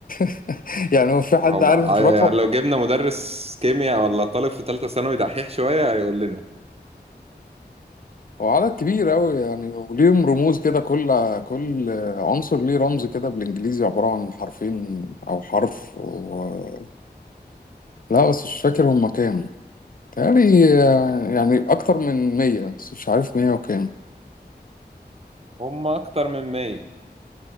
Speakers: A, on the left; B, on the right.
A: <laughs> يعني هو في حد
B: هم
A: عارف الرقم
B: يعني لو جبنا مدرس كيمياء ولا طالب في تالتة ثانوي دحيح شوية هيقول لنا
A: هو عدد كبير أوي يعني وليهم رموز كده كل كل عنصر ليه رمز كده بالإنجليزي عبارة عن حرفين أو حرف و... لا بس مش فاكر هما كام تهيألي يعني أكتر من مية بس مش عارف مية وكام
B: هم أكتر من 100